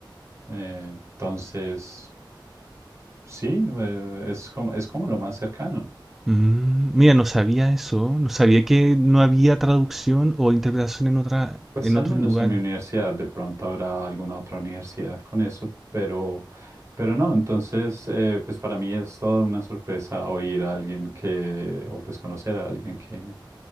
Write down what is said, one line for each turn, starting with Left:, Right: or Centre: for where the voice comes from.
Right: Eh, entonces... Sí, eh, es como, es como lo más cercano.
Centre: Mm, mira, no sabía eso. No sabía que no había traducción o interpretación en otra,
Right: Pues
Centre: en
Right: al
Centre: otros
Right: menos
Centre: lugares.
Right: en mi universidad, de pronto habrá alguna otra universidad con eso, pero, pero no, entonces, eh, pues para mí es toda una sorpresa oír a alguien que, o pues conocer a alguien que,